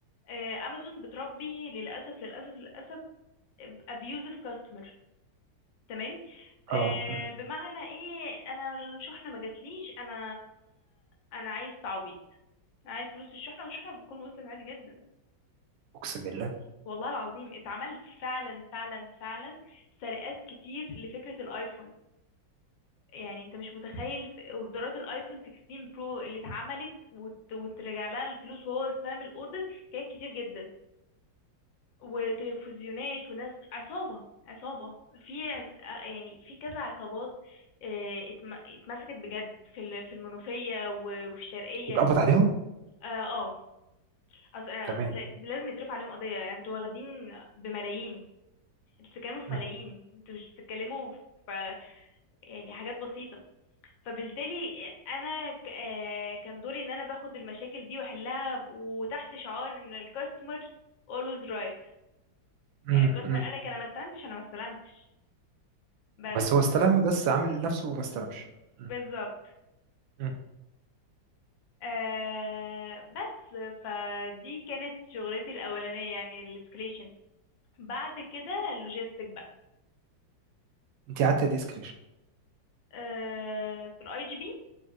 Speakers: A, on the left; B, on the right.
A: آه، امازون بتربي للاسف للاسف للاسف ابيوزيف كاستمر تمام آه،
B: اه مم.
A: بمعنى ايه انا الشحنه ما جاتليش انا انا عايز تعويض عايز فلوس الشحنه والشحنه بتكون وصلت عادي جدا
B: اقسم بالله
A: والله العظيم اتعمل فعلا فعلا فعلا سرقات كتير لفكرة الايفون يعني انت مش متخيل في اوردرات الايفون 16 برو اللي اتعملت وت- وترجع لها الفلوس وهو استلم الاوردر كانت كتير جدا وتلفزيونات وناس عصابة عصابة في عص- آه، يعني في كذا عصابات آه، اتم- اتمسكت بجد في ال- في المنوفية و- وفي الشرقية
B: اتقبض عليهم
A: اه آه، اصل اصل
B: تمام
A: لازم يترفع عليهم قضية يعني انتوا واخدين بملايين انتوا بتتكلموا في
B: مم.
A: ملايين انتوا مش بتتكلموا في يعني حاجات بسيطة فبالتالي انا ك- آه، كان دوري ان انا باخد المشاكل دي واحلها وتحت شعار ان الكاستمر always right
B: مم.
A: يعني الكاستمر
B: مم.
A: قالك انا ما استلمتش انا ما استلمتش بس
B: بس هو استلم بس عامل نفسه ما استلمش مم.
A: بالظبط
B: مم.
A: آه بس فدي كانت شغلتي الاولانية يعني الاسكليشن بعد كده اللوجيستيك بقى
B: انت قعدت قد ايه سكريشن
A: آه في الاي جي بي